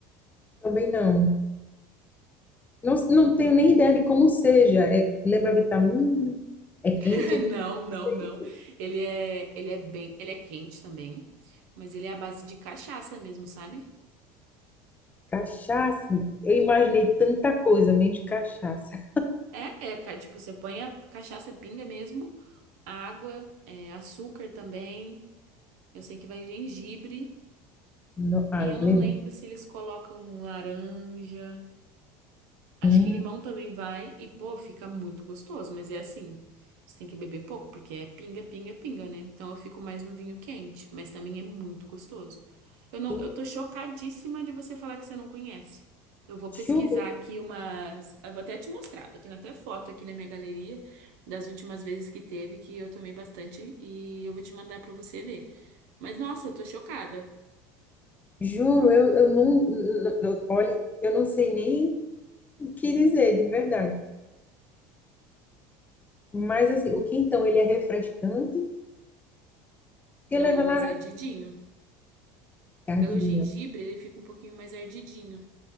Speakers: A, on the left; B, on the right.
A: Também não. Não, não tenho nem ideia de como seja. É, lembra vitamina? É
B: <laughs>
A: quente? É
B: Não,
A: frio? não
B: não,
A: sei.
B: não. Ele é, ele é bem, ele é quente também, mas ele é à base de cachaça mesmo, sabe?
A: Cachaça. Eu imaginei tanta coisa, menos cachaça.
B: É, é, ca- tipo, você põe a cachaça pinga mesmo, água, é, açúcar também. Eu sei que vai gengibre
A: Não, ah,
B: e
A: lembra?
B: eu não lembro se eles colocam laranja. Acho
A: Hum,
B: que limão também vai e, pô, fica muito gostoso, mas é assim, você tem que beber pouco porque é pinga, pinga, pinga, né? Então eu fico mais no vinho quente, mas também é muito gostoso. Eu não,
A: tem
B: eu tô chocadíssima de você falar que você não conhece. Eu vou
A: churro.
B: pesquisar aqui umas, eu vou até te mostrar. Eu tenho até foto aqui na minha galeria das últimas vezes que teve que eu tomei bastante e eu vou te mandar pra você ver. Mas nossa, eu tô chocada.
A: Juro, eu, eu não, não, não- olhe, eu não sei nem o que dizer, de verdade. Mas assim, o quentão, ele é refrescante, porque
B: Não,
A: leva
B: ele é mais
A: laranja,
B: ardidinho.
A: cardidinho.
B: Pelo gengibre, ele fica um pouquinho mais ardidinho.